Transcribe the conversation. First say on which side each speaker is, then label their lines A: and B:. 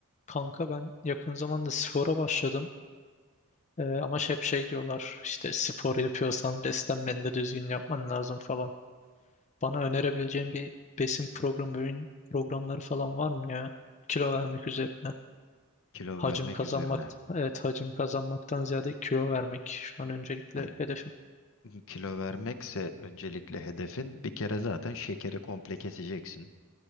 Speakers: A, on the left; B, on the left.
A: Kanka ben yakın zamanda spora başladım. Ee, ama hep şey diyorlar işte spor yapıyorsan beslenmeni de düzgün yapman lazım falan. Bana önerebileceğin bir besin programı, öğün programları falan var mı ya? Kilo vermek üzerine.
B: Kilo
A: Hacim
B: vermek
A: kazanmak,
B: üzerine.
A: evet hacim kazanmaktan ziyade kilo vermek şu an öncelikle
B: Yani
A: hedefim.
B: kilo vermekse öncelikle hedefin bir kere zaten şekeri komple keseceksin.